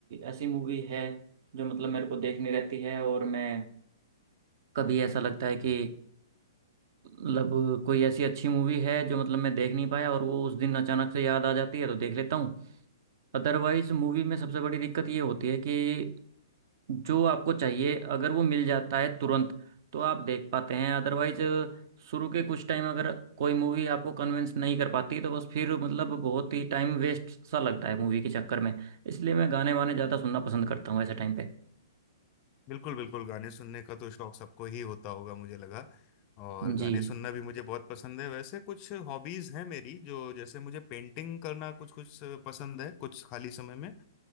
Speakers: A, on the right (about 55°); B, on the left (about 35°).
A: ऐसी मूवी है जो मतलब मेरे को देखनी रहती है और मैं कभी ऐसा लगता है कि मतलब कोई ऐसी अच्छी मूवी है जो मतलब मैं देख नहीं पाया और वो उस दिन अचानक से याद आ जाती है तो देख लेता हूँ अदरवाइज मूवी में सबसे बड़ी दिक्कत ये होती है कि जो आपको चाहिए अगर वो मिल जाता है तुरंत तो आप देख पाते हैं अदरवाइज शुरू के कुछ टाइम अगर कोई मूवी आपको कन्विंस नहीं कर पाती तो बस फिर मतलब बहुत ही टाइम वेस्ट सा लगता है मूवी के चक्कर में इसलिए मैं गाने वाने ज़्यादा सुनना पसंद करता हूँ ऐसे टाइम पे
B: बिल्कुल बिल्कुल गाने सुनने का तो शौक सबको ही होता होगा मुझे लगा और गाने
A: जी
B: सुनना भी मुझे बहुत पसंद है वैसे कुछ हॉबीज हैं मेरी जो जैसे मुझे पेंटिंग करना कुछ कुछ पसंद है कुछ खाली समय में